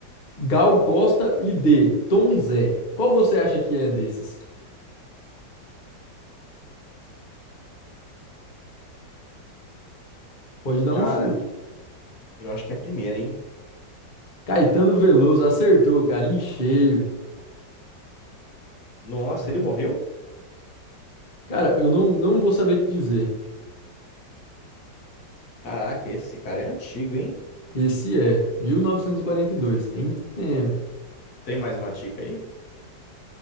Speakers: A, on the left; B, on the left.
A: Gal Costa e D. Tom Zé. Qual você acha que é desses? Pode dar
B: Cara,
A: um chute.
B: eu acho que é a primeira, hein?
A: Caetano Veloso acertou, cara, em cheio.
B: Nossa,
A: <laughs>
B: ele morreu?
A: Cara, eu não, não vou saber te dizer.
B: Caraca, esse cara é antigo, hein?
A: Esse é 1942, tem tempo.
B: Tem mais uma dica aí?